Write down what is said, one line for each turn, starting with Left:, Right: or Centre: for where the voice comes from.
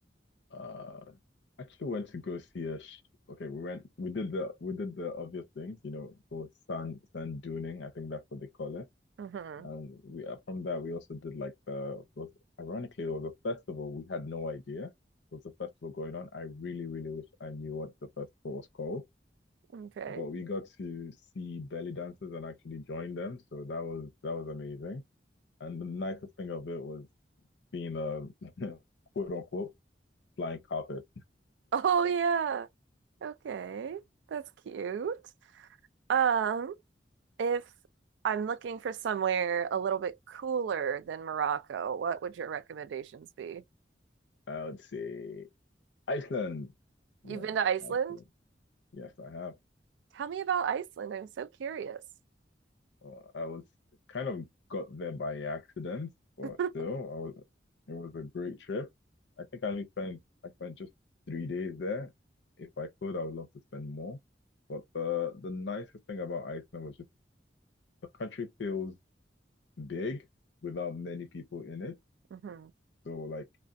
Left: Uh, actually went to go see a. Sh okay, we went. We did the we did the obvious things. You know, go sand sand duning. I think that's what they call it
Right: Mm-hmm.
Left: And we uh, from that we also did like the was ironically it was a festival. We had no idea there was a festival going on. I really, really wish I knew what the festival was called.
Right: Okay.
Left: But we got to see belly dancers and actually join them. So that was that was amazing. And the nicest thing of it was being a <laughs> quote unquote flying carpet.
Right: Oh yeah. Okay. That's cute. Um, If I'm looking for somewhere a little bit cooler than Morocco, what would your recommendations be?
Left: I would say Iceland. Yeah,
Right: You've been to Iceland?
Left: Iceland. Yes, I have.
Right: Tell me about Iceland. I'm so curious.
Left: Well, I was kind of got there by accident, but
Right: <laughs>
Left: still, I was, it was a great trip. I think I only spent I spent just three days there. If I could, I would love to spend more. But the the nicest thing about Iceland was just the country feels big without many people in it.
Right: hmm
Left: So like